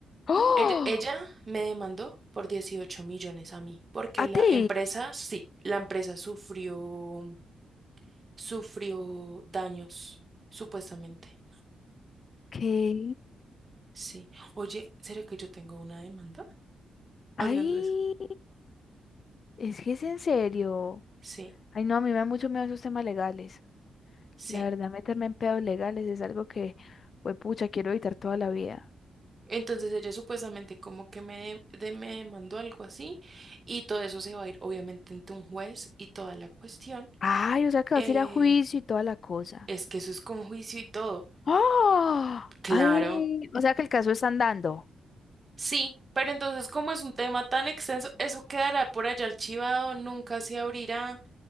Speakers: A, on the left (about 45°); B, on the right (about 25°).
A: ¡Oh!
B: Ella, ella me demandó por 18 millones a mí, porque
A: ¿A
B: la
A: ti?
B: empresa, sí, la empresa sufrió, sufrió daños, supuestamente.
A: ¿Qué?
B: Sí. Oye, ¿será que yo tengo una demanda? <laughs>
A: Ay,
B: Hablando de eso.
A: es que es en serio.
B: Sí,
A: Ay, no, a mí me da mucho miedo esos temas legales.
B: sí.
A: La verdad, meterme en pedos legales es algo que, pues, pucha, quiero evitar toda la vida.
B: Entonces ella supuestamente como que me, de- me demandó algo así y todo eso se va a ir obviamente ante un juez y toda la cuestión.
A: Ay, o sea que
B: eh,
A: vas a ir a juicio y toda la cosa.
B: Es que eso es con juicio y todo.
A: ¡Oh!
B: Claro,
A: Ay, o sea que el caso está andando.
B: sí, pero entonces como es un tema tan extenso, eso quedará por allá archivado, nunca se abrirá,